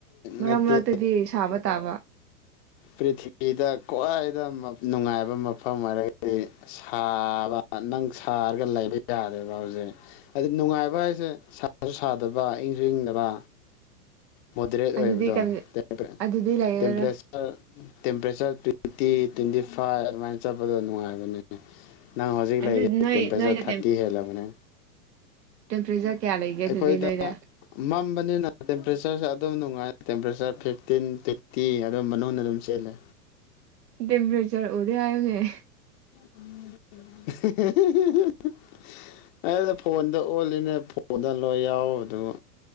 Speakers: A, on the right; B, on the left.
A: ꯃꯔꯛ
B: ꯅꯠꯇꯦ
A: ꯃꯔꯛꯇꯥꯗꯤ ꯁꯥꯕ ꯇꯥꯕ
B: ꯄ꯭ꯔꯤꯊꯤꯕꯤꯗ ꯈ꯭ꯋꯥꯏꯗ ꯃꯞ ꯅꯨꯡꯉꯥꯏꯕ ꯃꯐꯝ ꯍꯥꯏꯔꯒꯥꯗꯤ ꯁꯥꯕ ꯅꯪ ꯁꯥꯔꯒ ꯂꯩꯕ ꯌꯥꯔꯦꯕ ꯍꯧꯖꯤꯛ ꯑꯗꯨꯝ ꯅꯨꯡꯉꯥꯏꯕ ꯍꯥꯏꯁꯦ ꯁꯥꯁꯨ ꯁꯥꯗꯕ ꯏꯪꯁꯨ ꯏꯪꯗꯕ ꯃꯣꯗꯔꯦꯠ ꯑꯣꯏꯕꯗꯣ
A: ꯑꯗꯨꯗꯤ
B: ꯇꯦꯝꯄꯔꯦ
A: ꯑꯗꯨꯗꯤ ꯂꯩꯔꯔꯣꯏ
B: ꯇꯦꯝꯄ꯭ꯔꯦ <unintelligible> ꯇꯦꯝꯄꯔꯦꯆꯔ ꯇ꯭ꯋꯦꯟꯇꯤ ꯇ꯭ꯋꯦꯟꯇꯤ ꯐꯥꯏꯚ ꯑꯗꯨꯃꯥꯏꯅ ꯆꯠꯄꯗꯣ ꯅꯨꯡꯉꯥꯏꯕꯅꯤ ꯅꯪ ꯍꯧꯖꯤꯛ
A: ꯑꯗꯨ
B: ꯂꯩꯔꯤ
A: ꯅꯣꯏ
B: ꯇꯦꯝꯄ꯭ꯔꯦꯆꯔ
A: ꯅꯣꯏꯗ
B: ꯊꯥꯔꯇꯤ ꯍꯦꯜꯂꯕꯅꯦ
A: ꯇꯦꯝꯄ꯭ꯔꯦꯆꯔ ꯀꯌꯥ ꯂꯩꯒꯦ
B: ꯑꯩꯈꯣꯏꯗ
A: ꯑꯗꯨꯗꯤ ꯅꯣꯏꯗ
B: ꯃꯝꯕꯅꯤꯅ ꯇꯦꯝꯄ꯭ꯔꯦꯆꯔꯁꯦ ꯑꯗꯨꯝ ꯅꯨꯡꯉꯥꯏ ꯇꯦꯝꯄ꯭ꯔꯦꯆꯔ ꯐꯤꯐꯇꯤꯟ ꯇꯤ ꯑꯗꯨꯝ ꯃꯅꯨꯡꯗ ꯑꯗꯨꯝ ꯆꯦꯜꯂꯦ
A: ꯗꯦꯝꯄ꯭ꯔꯦꯆꯔ ꯎꯗꯦ ꯍꯥꯏꯕꯅꯦ
B: <unintelligible> ꯑꯩꯅ ꯐꯣꯟꯗ ꯑꯣꯜꯂꯤꯅꯦ ꯐꯣꯟꯗ ꯂꯣꯏ ꯌꯥꯎ ꯗꯨꯕꯨ